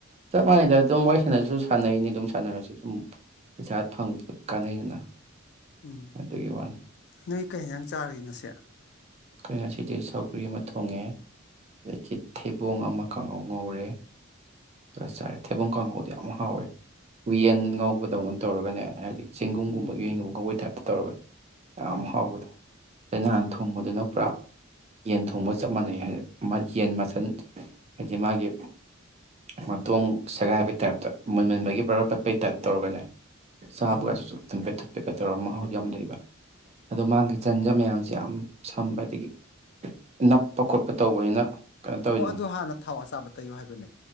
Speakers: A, on the right (about 30°); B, on the left (about 55°).
A: ꯆꯞ ꯃꯥꯟꯅꯩꯗ ꯑꯗꯨꯝ ꯋꯥꯔꯤ ꯁꯥꯟꯅꯔꯁꯨ ꯁꯥꯟꯅꯩꯅꯤ ꯑꯗꯨꯝ ꯁꯥꯟꯅꯔꯁꯨ ꯑꯗꯨꯝ ꯄꯩꯁꯥ ꯐꯪ ꯀꯥꯟꯅꯩꯗꯅ
B: ꯎꯝ
A: ꯑꯗꯨꯒꯤ ꯋꯥꯅꯤ
B: ꯅꯣꯏ ꯀꯔꯤ <unintelligible> ꯆꯥꯔꯒꯦ ꯉꯁꯤ
A: ꯑꯈꯣꯏ ꯉꯁꯤꯗꯤ ꯁꯧꯒ꯭ꯔꯤ ꯑꯃ ꯊꯣꯡꯉꯦ ꯑꯗꯒꯤ ꯊꯩꯕꯣꯡ ꯑꯃ ꯀꯥꯉꯧ ꯉꯧꯔꯦ ꯆꯥꯔꯦ ꯊꯩꯕꯨꯡ ꯀꯥꯡꯍꯧꯗꯤ ꯌꯥꯝ ꯍꯥꯎꯋꯦ ꯎꯌꯦꯟ ꯉꯧꯕꯗꯧꯅ ꯇꯧꯔꯒꯅꯦ ꯍꯥꯏꯗꯤ ꯆꯦꯡꯒꯨꯝꯒꯨꯝꯕ
B: ꯎꯝ
A: ꯎꯌꯦꯟꯒꯨꯝꯕꯩ <unintelligible> ꯇꯧꯔꯒ ꯌꯥꯝ
B: ꯎꯝ
A: ꯍꯥꯎꯕꯗꯣ ꯑꯩ ꯅꯍꯥꯟ ꯊꯣꯡꯕꯗꯨꯅ ꯄꯨꯔꯥ ꯌꯦꯟ ꯊꯣꯡꯕ ꯆꯞ ꯃꯥꯟꯅꯩ ꯍꯥꯏꯗꯤ ꯌꯦꯟ ꯃꯁꯜ ꯍꯥꯏꯗꯤ ꯃꯥꯒꯤ ꯃꯇꯣꯡ ꯁꯦꯒꯥꯏꯕꯩ ꯇꯥꯏꯞꯇ ꯃꯨꯟꯃꯟꯕꯒꯤ ꯕ꯭ꯔꯕꯔ ꯄꯠꯄꯩ ꯇꯥꯏꯞ ꯇꯧꯔꯒꯅꯦ ꯆꯥꯕꯒꯁꯨ
B: ꯎꯝ
A: ꯊꯨꯝꯄꯦꯠ ꯊꯨꯝꯄꯦꯠꯀ ꯇꯧꯔꯒ ꯃꯍꯥꯎ ꯌꯥꯝ ꯂꯩꯕ ꯑꯗꯣ ꯃꯥꯒꯤ ꯆꯟꯖ ꯃꯌꯥꯝꯁꯦ ꯌꯥꯝ ꯁꯝꯕ ꯑꯗꯒꯤ ꯅꯞꯄ ꯈꯣꯠꯄ ꯇꯧꯕꯅꯤꯅ ꯀꯩꯅꯣ ꯇꯧꯋꯤꯗꯅ
B: ꯍꯣ ꯑꯗꯨ ꯍꯥꯟꯅ ꯊꯥꯎ ꯑꯆꯥꯕ ꯇꯩꯌꯨ ꯍꯥꯏꯕꯅꯦ